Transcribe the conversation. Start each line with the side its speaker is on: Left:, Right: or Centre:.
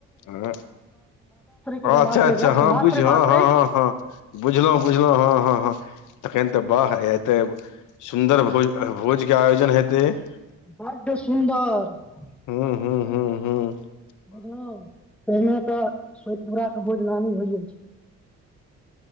Left: हँ
Centre: के जे
Left: अच्छा-
Centre: मातृक
Left: अच्छा
Centre: अछि
Left: हँ
Centre: मातृ
Left: बुझ हँ
Centre: मातृक
Left: -हँ हँ -हँ बुझलहुँ -बुझलहुँ हँ -हँ हँ। तखन तऽ। <unintelligible> वाह एते सुन्दर भोज -भोज -के आयोजन। न हेतै। <unintelligible>
Centre: बढ़ड सुन्दर। <unintelligible>
Left: हूं- हूं - हूं। हँ। <unintelligible>
Centre: बझँ तहिमे तऽ। <unintelligible> हमरा के बोदनाामी होइ जाइ छै। <unintelligible>